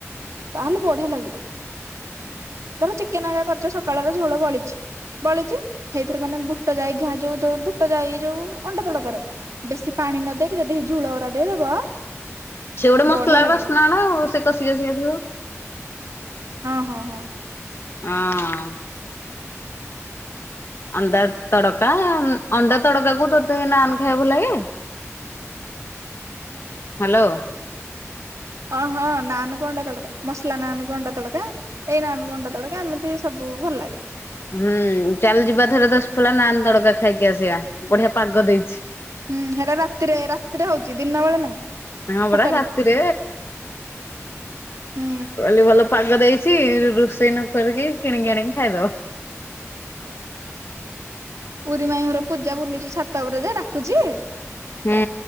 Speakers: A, on the right; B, on the left.
A: ତାହେଲେ ବଢିଆ ଲାଗିବ। ଧର ଚିକେନ ଆଗ କରିଚ ସକାଳର ଝୋଳ ବଳିଚି ବଳିଚି ହେଇ ବୁଟ ଜାଇ ଘାଁ ଯୋଉ ବୁଟ ଜାଇ ଯୋଉ ଅଣ୍ଡା ତଡ଼କାରେ ବେଶୀ ପାଣି ନଦେଇ ଯଦି ଝୁଳ ଓରା ଦେଇଦବ
B: ସେ ଗୋଟେ ମସଲାର
A: ବଢିଆ ଲାଗିବ
B: ବାସ୍ନାନା ଆଉ ସେ କଷିକି କଷିକି ଥିବ।
A: ହଁ, ହଁ, ହଁ।
B: ହଁ। ଅଣ୍ଡା ତଡକା, ଅଣ୍ଡା ତଡକା କୁ ତତେ ନାନ ଖାଇବା ଭଲଲାଗେ? ହ୍ୟାଲୋ।
A: ଓହଁ ନାନ ଅଣ୍ଡା ତଡକା ମସଲା ନାନ ଅଣ୍ଡା ତଡକା ଏଇ ନାନ ଅଣ୍ଡା ତଡକା ଏମିତି ସବୁ ଓ ଭଲ
B: ହୁଁ ଚାଲି ଯିବା ଥରେ ଦଶ ଫଲା ନାନ୍ ତଡକା ଖାଇକି ଆସିବା ବଢିଆ ପାଗ ଦେଇଚି।
A: ହୁଁ ହେରା ରାତିରେ ରାତିରେ ହୋଉଚି ଦିନରେ ନାଇଁ।
B: ହଁ ପରା
A: ହୋଟେଲ
B: ରାତିରେ
A: ରେ ହୁଁ
B: କାଲି ଭଲ ପାଗ ଦେଇ କିଛି ରୋଷେଇ ନ କରିକି କିଣିକି ଆଣିକି ଖାଇଦବ।
A: ଉରି ମାଇଁ ଘର ପୂଜା ବୁଲୁଚି ଛାତ ଉପରେ ଯ ଡାକୁଚି,
B: ହୁଁ